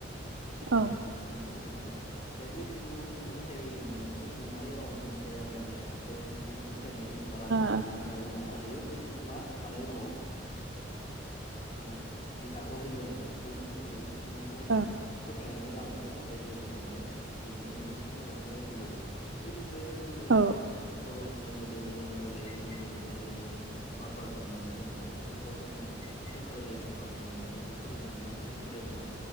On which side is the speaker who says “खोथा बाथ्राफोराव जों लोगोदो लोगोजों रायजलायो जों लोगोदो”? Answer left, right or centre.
Left